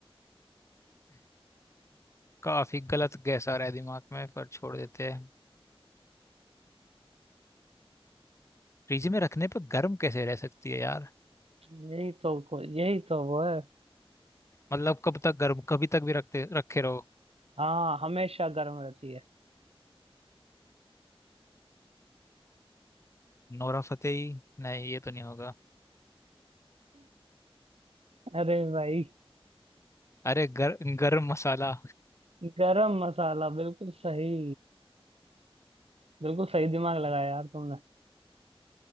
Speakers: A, on the left; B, on the right.
A: काफी गलत गैस आ रहा है दिमाग में पर छोड़ देते हैं फ्रिज में रखने पर गर्म कैसे रह सकती है यार
B: यही तो को- यही तो वो है
A: मतलब कब तक गर्म कभी तक भी रखते रखे रहो
B: हाँ हमेशा गर्म रहती है
A: Nora Fatehi नहीं ये तो नहीं होगा
B: अरे भाई
A: अरे गर, गर्म मसाला
B: गरम मसाला बिल्कुल सही बिल्कुल सही दिमाग लगाया यार तुमने